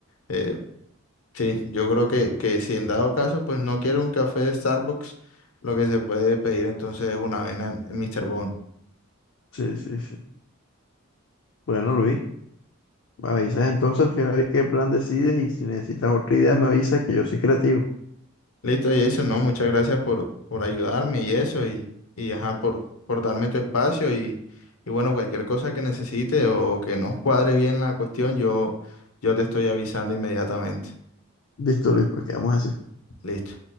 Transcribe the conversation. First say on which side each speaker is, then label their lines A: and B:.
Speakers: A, on the left (about 80°); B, on the left (about 65°).
A: eh, sí, yo creo que, que si en dado caso, pues no quiere un café de Starbucks, lo que se puede pedir entonces es una avena en en Mr. Bond.
B: Sí, sí, sí. Bueno, Luis, me avisas entonces al final qué plan decides y si necesitas otra idea, me avisas que yo soy creativo.
A: Listo, Jason, no, muchas gracias por, por ayudarme y eso, y, y ajá, por, por darme tu espacio y, y bueno, cualquier cosa que necesite o que no cuadre bien la cuestión, yo, yo te estoy avisando inmediatamente.
B: Listo, Luis, pues quedamos así.
A: Listo.